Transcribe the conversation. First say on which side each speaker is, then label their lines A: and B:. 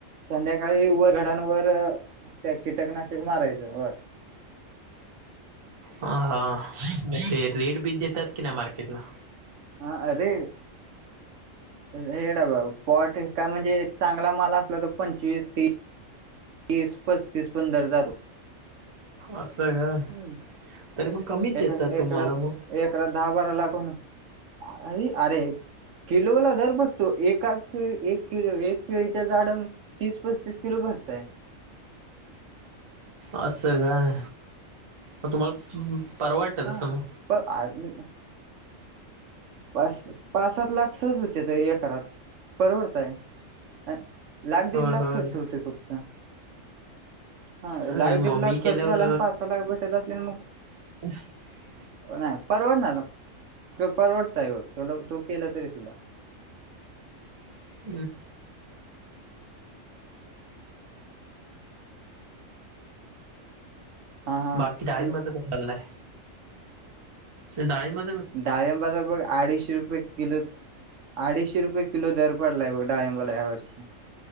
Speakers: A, on the right; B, on the right.
A: संध्याकाळी व घडांवर त्या, कीटकनाशक मारायचं वर.
B: ह म ते रेट बी देतात कि नाही मार्केटला.
A: हा अरे हेड बा पॉट काय म्हणजे, चांगला माल असला तर पंचवीस तीस. तीस पस्तीस पण दर जातो.
B: असं का
A: हम्म
B: तर मग कमीच देतात तुम्हाला
A: एकरा
B: मग
A: एकरा दहा बारा लाख <unintelligible> अे अरे किलोला दर भेटतो ए एक किलो एक केळीच्या झाडनं तीस, पस्तीस किलो भरताय.
B: असं काय मग तुम्हाला परवडत
A: हा
B: तसं मगं...
A: पाच -पाच, सात लाख सहज होत्या त्या एकरात परवडतायं. अ लाख,
B: होय
A: दीड लाख
B: होय
A: खर्च होतोय फक्त. हा
B: अरे
A: लाख,
B: मग
A: दीड
B: मी
A: लाख
B: केल्यावर
A: खर्च झाला आणि पाच, सहा लाख भेटत असले आणि मग
B: <inaudible>
A: नाही परवडणारं, परवडतयं बघ तुला तू केलं तरी सुद्धा
B: <inaudible> <inaudible>
A: हा हा
B: बाकी डाळिंबाच
A: हम्म
B: काय चाललंय? डाळिंबर
A: डाळिंबाचपण अडीचशे रुपये कलो अडीचशे रुपये कलो दर पडलायं बघ डाळिंबाला या वर्षी